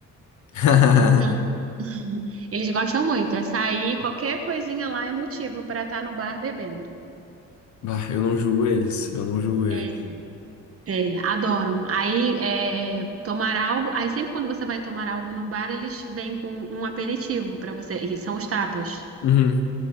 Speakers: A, on the left; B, on the right.
A: <laughs>
B: Então, <laughs> eles gostam muito. É sair, qualquer coisinha lá é motivo para estar no bar bebendo.
A: Bah, eu não julgo eles, eu não julgo eles.
B: É, É, adoram. Aí, é, tomar algo. Aí, sempre quando você vai tomar algo num bar, eles vêm com um aperitivo pra você, e são os tapas.
A: Uhum.